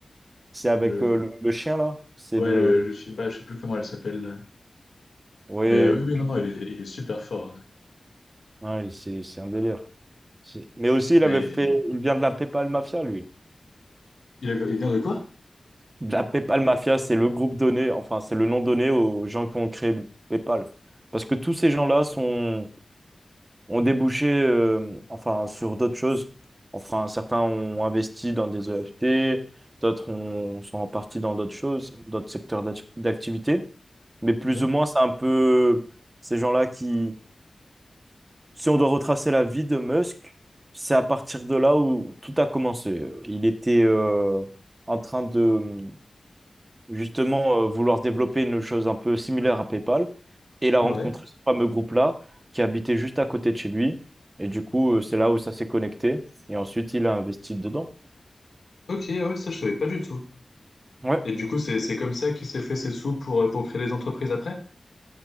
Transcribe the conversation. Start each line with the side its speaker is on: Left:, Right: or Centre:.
Right: c'est avec
Left: le...
Right: euh, le, le chien là. C'est
Left: Ouais,
Right: le
Left: le, le Shiba, je sais plus comment elle s'appelle. là.
Right: Oui,
Left: Mais euh, oui, oui, non, non, il est, il est super fort. euh.
Right: ouais, c'est c'est un délire. C'est- Mais aussi, il
Left: Mais...
Right: avait fait, il vient de la PayPal Mafia, lui.
Left: Il, a- il vient de quoi?
Right: De La PayPal Mafia, c'est le groupe donné, enfin, c'est le nom donné aux gens qui ont créé PayPal. Parce que tous ces gens-là sont, ont débouché, euh, enfin, sur d'autres choses. Enfin, certains ont investi dans des EFT, d'autres ont- sont en partie dans d'autres choses, d'autres secteurs d'ac- d'activité. Mais plus
Left: Ouais.
Right: ou moins, c'est un peu ces gens-là Si, si on doit retracer la vie de Musk, c'est à partir de là où tout a commencé. Il était euh, en train de justement euh, vouloir développer une chose un peu similaire à PayPal et il a rencontré
Left: Ouais.
Right: ce fameux groupe-là qui habitait juste à côté de chez lui. Et du coup, euh, c'est là où ça s'est connecté et ensuite il a investi dedans.
Left: Ok, ouais, ça je savais pas du tout.
Right: Ouais,
Left: Et du coup, c'est c'est comme ça qu'il s'est fait ses sous pour, euh, pour créer des entreprises après?